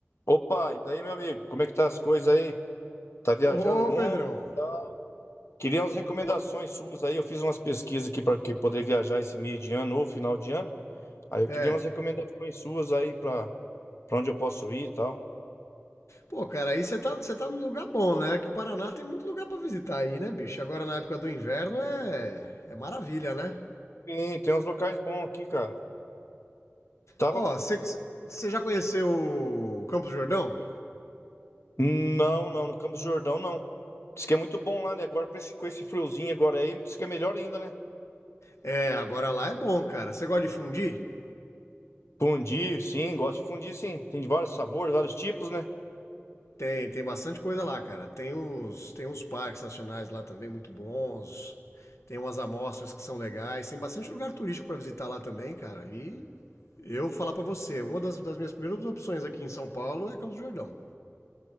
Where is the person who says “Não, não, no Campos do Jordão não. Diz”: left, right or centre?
Left